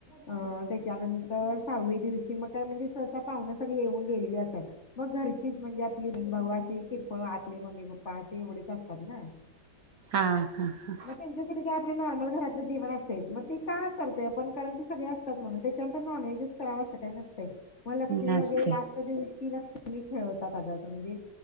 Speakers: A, on the left (about 40°); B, on the right (about 60°).
A: अ त्याच्यानंतर सहाव्या दिवशी मग का म्हणजे सहसा पाहुने सगळी येऊन गेलेली असतात, मग घरचीच म्हणजे आपली बहीण-भाऊ अशी किरकोळ आपले मम्मी पप्पा असे एवढेच असतात. त ना <inaudible>
B: हा हा हा
A: मग त्यांच्यासाठी काय आपलं नॉर्मल घरातलं जेवन असतयच. मग ते का करत आपण कारण ती सगळे असतात म्हणून, त्याच्यानंतर नॉनव्हेजच कराव अस काही नसंतय. मग लक्ष्मी
B: नसते
A: वगैरे लास्ट दिवशी. की लक्ष्मी खेळवतात, अं म्हणजे